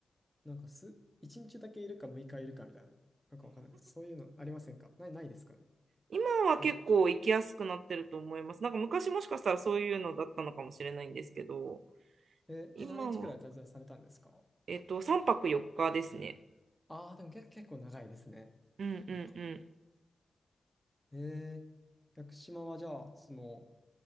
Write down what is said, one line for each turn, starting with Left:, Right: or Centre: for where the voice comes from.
Centre: なんかす、1日だけいるか6日いるかみたいな、なんかわかんないです。そういうのありませんかない、ないですかね
Right: 今は結構行きやすくなってると思います。
Centre: わかんない。
Right: なんか昔もしかしたらそういうのだったのかもしれないんですけど、
Centre: え、
Right: 今は、
Centre: え、何日くらい滞在されたんですか
Right: えっと、3泊4日ですね。
Centre: ああー、でも結、結構長いですね。
Right: うんうんうん。
Centre: なんか、えー、屋久島はじゃあ、その、